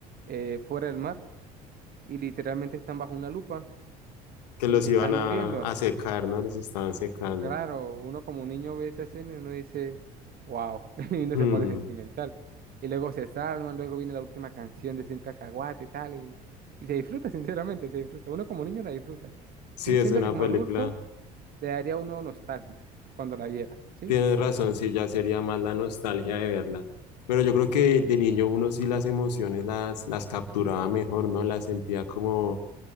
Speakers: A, on the right; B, on the left.
A: eh, fuera del mar y literalmente están bajo una lupa
B: que
A: y
B: los
A: se
B: iban
A: están muriendo.
B: a, a secar, ¿no? Les estaban secando.
A: Claro, uno como un niño ve esa escena y uno dice, wow, <laughs> y uno
B: Hmm,
A: se pone sentimental. Y luego se salvan, luego viene la última canción de Soy un cacahuate y tal, y, y se disfruta, <laughs> sinceramente, se disfruta. Uno como niño la disfruta.
B: sí,
A: Sí,
B: es
A: siento
B: una
A: que como
B: película.
A: adulto le daría a uno nostalgia cuando la viera, ¿sí?
B: Tienes razón, sí, ya sería más la nostalgia de verla. Pero yo creo que de niño uno sí las emociones las, las capturaba mejor, ¿no? Las sentía como,